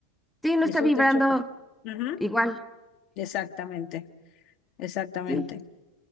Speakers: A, in the centre; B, on the left.
A: sí, no
B: Y
A: está
B: eso
A: vibrando
B: te choca. Ujú,
A: igual,
B: Exactamente, exactamente.
A: sí,